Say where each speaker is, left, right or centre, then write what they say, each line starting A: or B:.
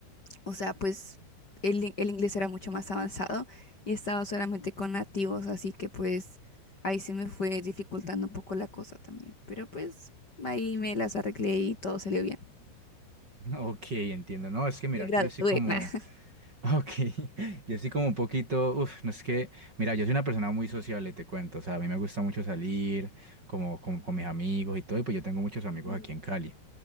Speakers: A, on the left (about 25°); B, on the right (about 25°).
A: o sea, pues el, el inglés era mucho más avanzado y estaba solamente con nativos, así que pues ahí se me fue dificultando un poco la cosa también, pero pues ahí me las arreglé y todo salió bien.
B: <laughs> Ok, entiendo. No, es que mira,
A: Me gradué.
B: que yo sí como...
A: <laughs>
B: Ok, <laughs> yo sí como un poquito, uff, no es que, mira, yo soy una persona muy sociable, te cuento, o sea, a mí me gusta mucho salir, como con, con mis amigos y todo, y pues yo tengo muchos amigos
A: Nah.
B: aquí
A: Mm,
B: en Cali.